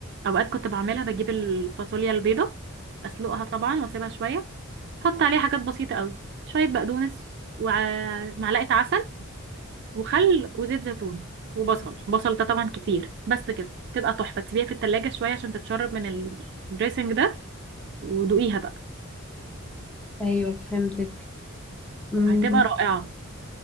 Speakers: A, on the right; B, in the centre.
A: أوقات كنت بعملها بجيب الفاصوليا البيضة أسلقها طبعا وأسيبها شوية أحط عليها حاجات بسيطة قوي شوية بقدونس ومعلقة عسل وخل وزيت زيتون وبصل بصل ده طبعا كتير بس كده تبقى تحفة تسيبيها في التلاجة شوية عشان تتشرب من ال- الدريسنج ده ودوقيها بقى
B: ايوه فهمتك مم.
A: هتبقى رائعة